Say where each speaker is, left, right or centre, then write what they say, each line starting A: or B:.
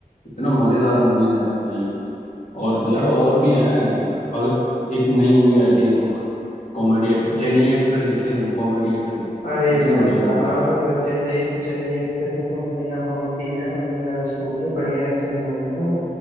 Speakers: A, on the left; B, on the left.
A: इतना मजेदार मूवीज है ना भाई और यार और भी हैं ज- अगर एक नई मूवी आई थी देखो कॉमेडी एक्शन चेन्नई एक्सप्रेस देखी है तुमने कॉमेडी एक्शन
B: अरे
A: इतनी
B: भाई
A: बढ़िया
B: साहब
A: मूवी है यार वो
B: चेन्नई चेन्नई एक्सप्रेस में तो बढ़िया कॉमेडी है बढ़िया लव स्टोरी है बढ़िया एक्शन मूवी है वो